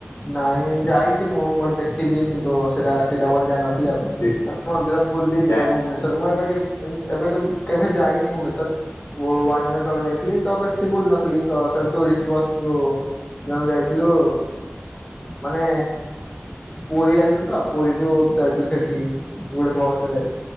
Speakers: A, on the left; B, on the left.
A: ନାଇଁ ଯାଇଛି ମୁଁ ବଟେ ଦେଖିଛି କିନ୍ତୁ ସେଇଟା ସେଇଟା ବୋଲି ଜାଣିନଥିଲି। ଆ
B: ଦେଖୁନ
A: ମନ୍ଦିର ବୁଲିଛି
B: ଯାଇନି
A: ତ ଭୁବନେଶ୍ୱର
B: ସବୁ
A: ମୁଁ ଏବେ କେତେ ଏବେ କେ କେବେ ଯାଇନି ମୁୁଣି ସାର୍ ୱନ୍ ଇୟର ତଳେ ଯାଇଥିଲି ତ ବେଶୀ ଭୁଲ ନଥିଲି ତ ସେ ଟୁରିଷ୍ଟ ବସ୍ ଯୋଉ ଜଣ ଯାଇଥିଲୁ ମାନେ ପୁରୀ ଆସିଥିଲୁ ତ ପୁରୀରୁ ଯାଇଥିଲୁ ସେଠିକି ଗୋଟେ ବସ ରେ